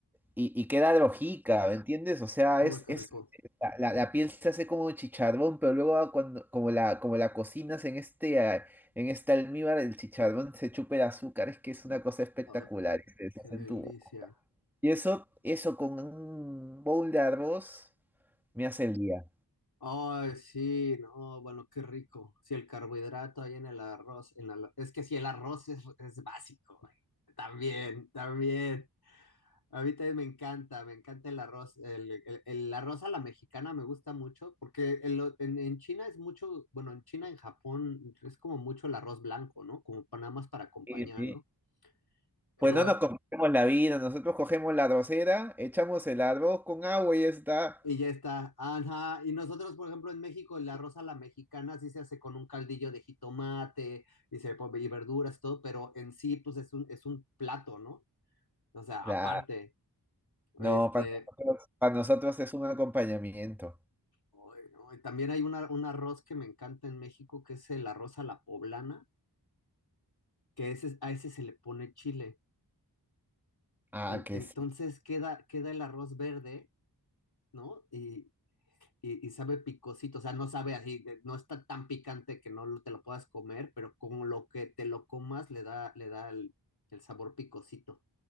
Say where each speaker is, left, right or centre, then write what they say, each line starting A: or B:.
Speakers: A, in the centre; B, on the left.
A: y, y queda drojica, ¿me entiendes? O sea,
B: uy,
A: es,
B: qué
A: es
B: rico.
A: la, la- la piel se hace como chicharrón, pero luego ah, cuando, como la, como la cocinas en este, ah, en este almíbar, el chicharrón se chupa el azúcar, es que es una cosa espectacular,
B: Oh, qué,
A: y se deshace
B: qué delicia.
A: en tu boca. Y eso, eso con un bowl de arroz me hace el día.
B: Ay, sí, no, bueno, qué rico. Si el carbohidrato ahí en el arroz, en la- es que si el arroz es, es básico, güey. También, también. A mí también me encanta, me encanta el arroz, el, el- el arroz a la mexicana me gusta mucho, porque en, lo- en- en China es mucho, bueno, en China, en Japón, es como mucho el arroz blanco, ¿no? Como pa- nada más para acompañar,
A: Sí, sí.
B: ¿no? Pero,
A: Pues no nos
B: eh,
A: comemos la vida, nosotros cogemos la arrocera, echamos el arroz con agua y ya está.
B: y ya está, ajá, y nosotros, por ejemplo, en México, el arroz a la mexicana sí se hace con un caldillo de jitomate y, se, le pone- y verduras, todo, pero en sí, pues es un, es un plato, ¿no? O sea,
A: Claro,
B: aparte.
A: no,
B: Este,
A: para nosotros, para nosotros es un acompañamiento.
B: Ay, no, y También hay una- un arroz que me encanta en México, que es el arroz a la poblana, que ese, a ese se le pone chile.
A: Ah,
B: En-
A: que
B: Entonces
A: sí.
B: queda, queda el arroz verde, ¿no? Y, y- y sabe picosito, o sea, no sabe así, de- no está tan picante que no lo- te lo puedas comer, pero como lo que te lo comas le da, le da el, el sabor picosito